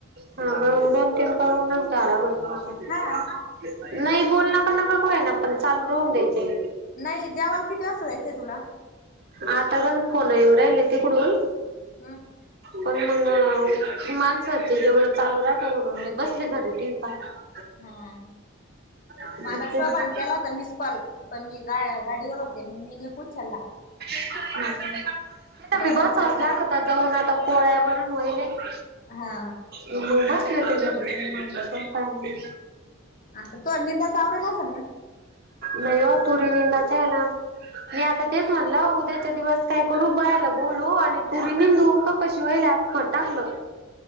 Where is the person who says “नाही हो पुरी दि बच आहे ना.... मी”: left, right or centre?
Right